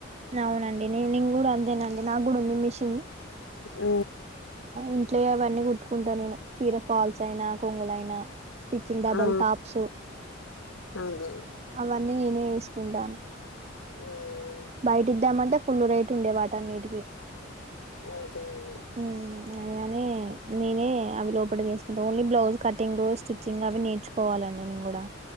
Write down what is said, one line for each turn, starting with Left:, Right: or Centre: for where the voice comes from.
Right: అవునండి నే నను కూడా అంతేనండి నాకు కూడా ఉంది మిషిన్
Left: ఊ
Right: ఇంట్లో అవన్నీ కుట్టుకుంటా నేను చీర ఫాల్స్ అయినా కొంగుల అయినా స్టిచ్చింగ్ డబల్
Left: ఆ,
Right: టాప్స్
Left: అదే
Right: అవన్నీ నేనే ఉండాను
Left: ఉమ్,
Right: బయట ఇద్దామంటే ఫుల్ రేట్ ఉండే వాటన్నిటికిీ
Left: అదే అదే
Right: హ్మ్ కాని నేనే అవి లోపల చేసుకుంటా ఓన్లీ బ్లౌజ్ కటింగ్ స్టిచ్చింగ్ అవి నేర్చుకోవాలండి నేను కూడా